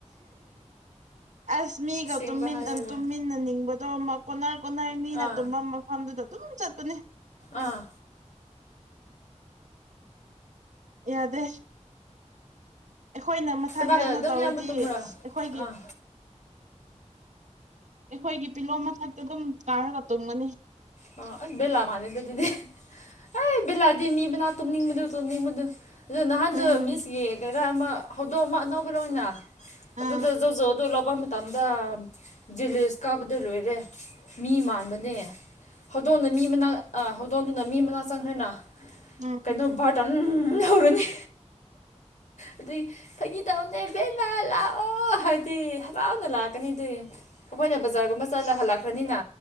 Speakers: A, on the right; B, on the left.
A: ꯑꯁ ꯃꯤꯒ
B: ꯑꯁꯦꯡꯕ ꯍꯥꯏꯔꯒ
A: ꯇꯨꯝꯃꯤꯟꯅꯅꯤꯡꯕꯗꯣ ꯀꯣꯟꯅ ꯀꯅꯥꯏ ꯃꯤꯅ
B: ꯑꯥ
A: ꯇꯨꯝꯐꯝ ꯃꯐꯝꯗꯨꯗ ꯑꯗꯨꯝ ꯆꯠꯇꯨꯅꯤ
B: ꯑꯥ
A: ꯌꯥꯗꯦ ꯑꯩꯈꯣꯏꯅ ꯃꯊꯛ
B: ꯀꯅꯥꯒ
A: ꯀꯩꯅꯣ
B: ꯑꯗꯨꯝ
A: ꯇꯧꯔꯗꯤ
B: ꯏꯌꯥꯝꯕ ꯇꯨꯝꯕ꯭ꯔꯥ
A: ꯑꯩꯈꯣꯏꯒꯤ
B: ꯑꯥ
A: ꯑꯩꯈꯣꯏꯒꯤ ꯄꯤꯂꯣꯝ ꯃꯊꯛꯇ ꯑꯗꯨꯝ ꯀꯥꯔꯒ ꯇꯨꯝꯒꯅꯤ
B: ꯑ ꯑꯁ ꯕꯦꯂꯥ ꯃꯥꯜꯂꯦꯗ ꯑꯗꯨꯗꯤ ꯑꯩ ꯕꯦꯂꯥꯗꯤ ꯃꯤ ꯃꯅꯥ ꯇꯨꯝꯅꯤꯡꯕꯗꯨ ꯆꯣꯅꯤꯡꯕꯗꯨ ꯑꯗꯨꯗ ꯅꯍꯥꯟꯗꯣ
A: ꯎꯝ
B: ꯃꯤꯁꯀꯤ ꯀꯩꯔꯥ ꯑꯃ ꯍꯧꯗꯣꯛꯑ ꯑꯃ ꯑꯅꯧꯕ ꯂꯧꯅ ꯑꯗꯨꯗ
A: ꯑꯥ
B: ꯖ ꯖꯣ ꯑꯗꯨꯣ ꯂꯧꯕ ꯃꯇꯝꯗ ꯖꯤꯂꯤꯁ ꯀꯥꯞꯕꯗꯣ ꯂꯣꯏꯔꯦ ꯃꯤ ꯃꯥꯟꯕꯅꯦ ꯍꯧꯗꯣꯡꯅ ꯃꯤ ꯃꯅꯥ ꯍꯧꯗꯣꯡꯗꯨꯅ ꯃꯤ ꯃꯅꯥ ꯆꯪꯈ꯭ꯔꯦꯅ
A: ꯎꯝ
B: ꯀꯩꯅꯣ ꯚꯥꯔꯠ ꯍꯧꯔꯅꯤ ꯑꯗꯨꯩ ꯐꯩꯒꯤ ꯇꯅꯦ ꯍꯥꯕꯦꯟꯅ ꯂꯥꯛꯑꯣ ꯍꯥꯏꯗꯤ ꯍꯕꯥꯎꯅ ꯂꯥꯛꯀꯅꯤ ꯑꯗꯨ ꯑꯩꯈꯣꯏꯅ ꯕꯖꯥꯔꯒꯨꯝꯕ ꯆꯠꯂ ꯍꯜꯂꯛꯈ꯭ꯔꯅꯤꯅ